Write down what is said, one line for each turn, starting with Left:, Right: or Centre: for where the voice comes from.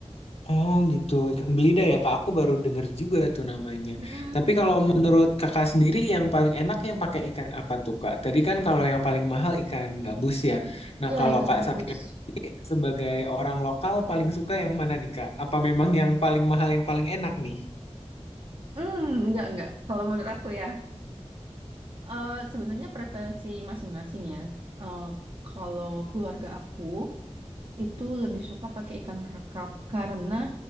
Left: Oh gitu, ikan belida ya kak. Aku baru denger juga tuh namanya.
Right: Mm-mm.
Left: Tapi kalau menurut kakak sendiri yang paling enak yang pakai ikan apa tuh kak? Tadi kan kalau yang paling mahal ikan gabus ya. Nah
Right: Iya,
Left: kalau
Right: ikan
Left: kak
Right: gabus.
Left: Sakira sebagai orang lokal paling suka yang mana nih kak? Apa memang yang paling mahal yang paling enak nih?
Right: Hmm, enggak, enggak. Kalau menurut aku ya, eh, sebenarnya preferensi masing-masing ya. Eh, kalau keluarga aku itu lebih suka pakai ikan kakap karena